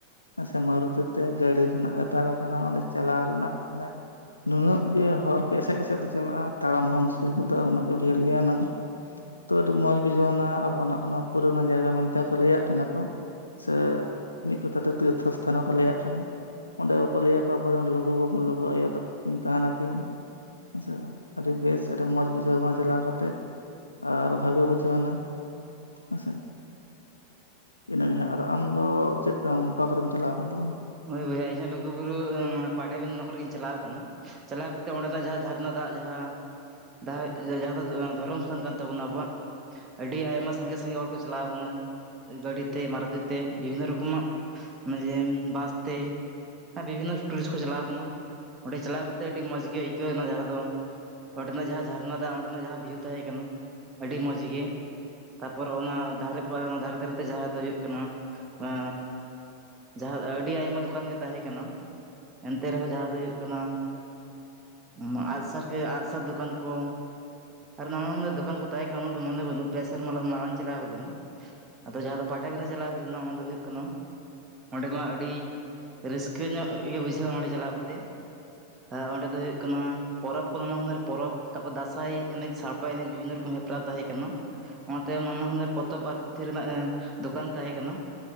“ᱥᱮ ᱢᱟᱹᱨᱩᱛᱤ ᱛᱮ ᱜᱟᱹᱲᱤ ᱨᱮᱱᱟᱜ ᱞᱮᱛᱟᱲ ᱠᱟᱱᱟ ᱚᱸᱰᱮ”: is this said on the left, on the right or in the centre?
Left